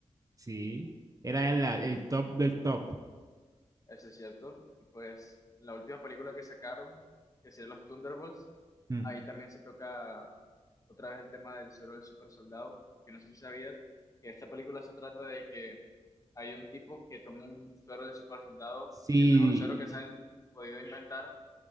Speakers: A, on the right (about 30°); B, on the left (about 25°).
A: sí, era la- el top del top.
B: Eso es cierto. Y pues la última película que sacaron, que es Los Thunderbolts,
A: Mm.
B: ahí también se toca otra vez el tema del suero del super soldado, que no sé si sabías, que esta película se trata de que hay un tipo que toma un suero del super soldado,
A: Sí,
B: el mejor suero que se han podido inventar,